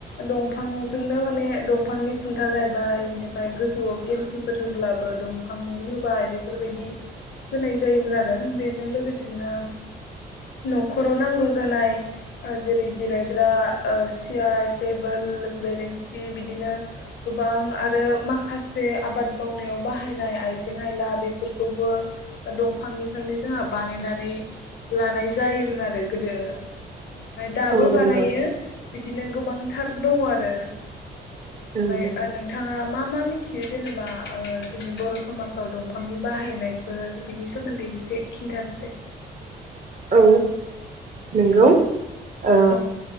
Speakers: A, on the left (about 65°); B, on the right (about 40°).
A: दंफांजोंनो माने दंफांनि खुन्था गायबाय बिनिफ्राय गोजौआव खेमसिफोर होब्लाबो दंफांनिनो होबाय बेफोरबायदि होनाय जायोमोन आरो बेजों लोगोसेनो न'खराव नांगौ जानाय ओ जेरै ओ जिरायग्रा सियार टेबोल बेरेंसि बिदिनो गोबां आरो माखासे आबाद मावनायाव बाहायनाय आइजें आइला बेफोरखौबो दंफांनिफ्रायनो जोंहा बानायनानै लानाय जायोमोन आरो आरो गोदो बिनिफ्राय दाबो
B: औ नंगौ
A: बानायो बिदिनो गोबांथार दङ आरो
B: ओं
A: ओमफ्राय नोंथाङा मा मा मिथियो जेनेबा जोंनि बर' समाजाव दंफांनि बाहायनायफोर बिनि सोमोन्दै एसे खिन्थादो दे
B: औ नंगौ ओ
A: औ